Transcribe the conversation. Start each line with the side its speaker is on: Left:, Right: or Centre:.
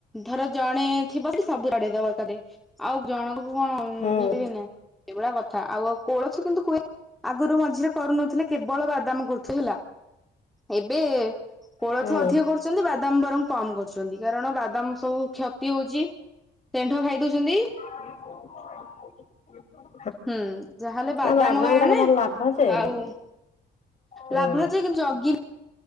Centre: ଧର ଜଣେ ଥିବ ସବୁ ଜଡେଇ ଦବ ତା ଦେଇ। ଆଉ ଜଣଙ୍କ କଣ ନ
Left: ହୁଁ
Centre: <unintelligible> ସେଇଗୁରା କଥା ଆଉ ଆଉ କୋଳଥ କିନ୍ତୁ ହୁଏ। ଆଗରୁ ମଝିରେ କରୁନଥିଲେ କେବଳ ବାଦାମ କରୁଥିଲ ହେଲା। ଏବେ କୋଳଥ
Left: ହୁଁ
Centre: ଅଧିକ କରୁଛନ୍ତି ବାଦାମ ବରଂ କମ କରୁଛ କାରଣ ବାଦାମ ସବୁ କ୍ଷତି ହଉଛି ଷେଣ୍ଢ ଖାଇ ଦଉଛନ୍ତି।
Left: <inaudible>
Centre: ହୁଁ ଯାହାହେଲେ ବାଦାମ
Left: ନା ବାଦାମଟାରେ
Centre: ଗାଁ ନା
Left: ଭଲ ଲାଭ ଯେ
Centre: ଆଉ
Left: ହୁଁ
Centre: ଲାଭ ଅଛି କିନ୍ତୁ ଜଗି